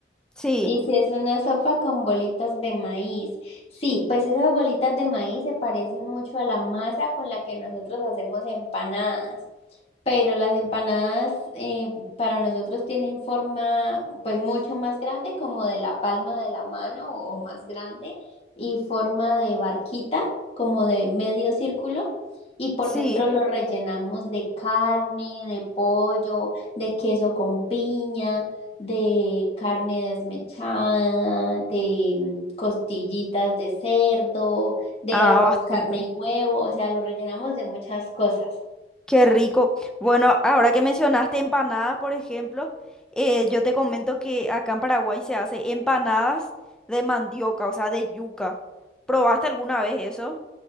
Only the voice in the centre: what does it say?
Sí,
sí.
Ah,
bastante.
Qué rico. Bueno, ahora que mencionaste empanadas, por ejemplo, eh, yo te comento que acá en Paraguay se hace empanadas de mandioca, o sea, de yuca. ¿Probaste alguna vez eso?